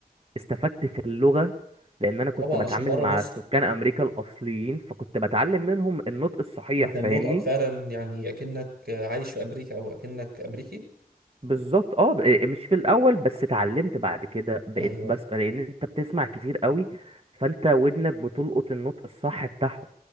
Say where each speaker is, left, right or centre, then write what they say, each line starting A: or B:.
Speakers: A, on the right; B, on the right.
A: استفدت في اللغه لان انا كنت
B: طبعا
A: بتعامل
B: عشان بره
A: مع
B: مصر
A: سكان امريكا الاصليين فكنت بتعلم منهم النطق الصحيح
B: وكان
A: فاهمني
B: نطقك فعلا يعني اكنك عايش في امريكا او اكنك امريكي
A: بالظبط اه ب- إيه، مش في الاول بس اتعلمت بعد كده بقيت
B: ايوه
A: بس لان انت بتسمع كتير قوي فانت ودنك بتلقط النطق الصح بتاعهم